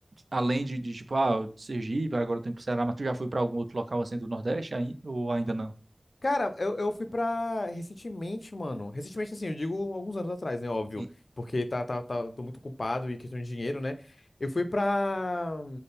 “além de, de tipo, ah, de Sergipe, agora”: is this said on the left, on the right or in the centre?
Right